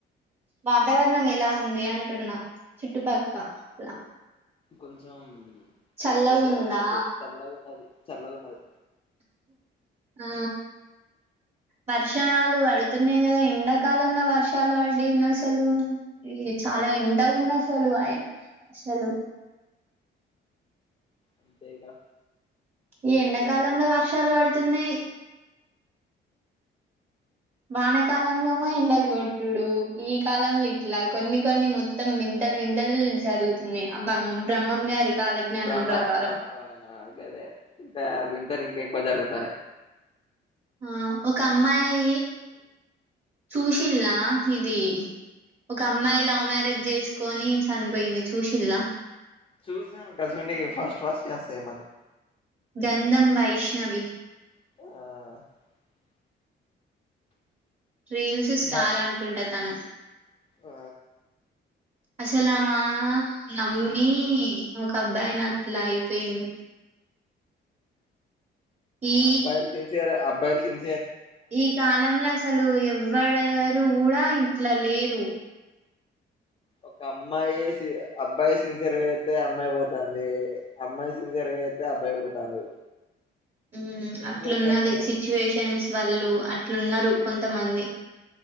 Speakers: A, on the right (about 35°); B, on the left (about 30°).
A: వాతావరణం ఎలా ఉంది అంటున్నా చుట్టుపక్క లా
B: కొంచెం
A: చల్లగుందా?
B: వెదర్ చల్లగున్నది చల్లగున్నది
A: ఆ వర్షాలు పడుతున్నాయి కదా ఎండాకాలంలో వర్షాలు పడుడేంది అసలు ఇది చాలా వింతగుంది అసలు అ అసలు
B: అంతేగా
A: ఈ
B: ఇప్పుడే
A: ఎండకాలంలో వర్షాలు పడుతున్నాయి వానకాలంలో ఏమో ఎండలు కొట్టుడు ఈ కాలంలో ఇట్లా కొన్ని కొన్ని మొత్తం వింతలు వింతలు జరుగుతున్నాయి అబ్బ బ్రహ్మం గారి కాలజ్ఞానం
B: బ్రహ్మ
A: ప్రకారం
B: అప్ అదే ఇంకా వింతని ఇంకె క్కువ జరుగుతనై
A: ఆ ఒక అమ్మాయి చూసిల్లా ఇది ఒక అమ్మాయి లవ్ మ్యారేజ్ చేసుకొని చనిపోయింది చూసిల్లా
B: చూసాను గాసోంటివి ఫస్ట్ ఫస్ట్ వస్తాయి మాకు
A: గంధం వైష్ణవి
B: ఆ
A: రీల్స్ స్టార్
B: మాక్
A: అనుకుంట తను
B: ఆ
A: అసలు ఆమా నమ్మి ఒక అబ్బాయిని అట్లా అయిపోయింది ఈ
B: అబ్బాయిలు సిన్సియర్ అబ్ అబ్బాయిలు సిన్
A: ఈ కాలం లో అసలు ఎవ్ ఎవ్వడూరు కూడా ఇట్ల లేరు
B: ఒక అమ్మాయి సి అబ్బాయి సిన్సియర్గా చేస్తే అమ్మాయి పోతాంది అమ్మాయి సిన్సియర్గా చేస్తే అబ్బాయి పోతాండు
A: ఉమ్ అట్లున్నది
B: ఏం చేత్తం మేడం
A: సిచ్యువేషన్స్ వాళ్ళు అట్లున్నారు కొంతమంది